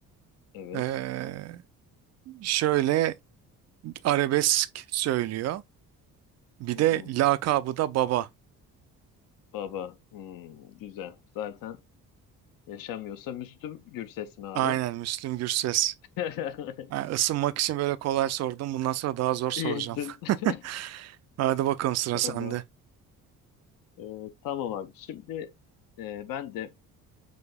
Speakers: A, on the left (about 45°); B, on the right (about 35°).
A: Evet.
B: Ee, şöyle arabesk söylüyor. Bir
A: Hı
B: de
A: hı.
B: lakabı da baba.
A: Baba. Hmm, güzel. Zaten yaşamıyorsa Müslüm Gürses mi abi?
B: Aynen Müslüm Gürses.
A: <laughs>
B: Ha, ısınmak için böyle kolay sordum. Bundan sonra daha zor soracağım.
A: İyi ettin. <laughs>
B: <laughs> Hadi bakalım sıra
A: Tamam.
B: sende.
A: Ee, tamam abi. Şimdi e, ben de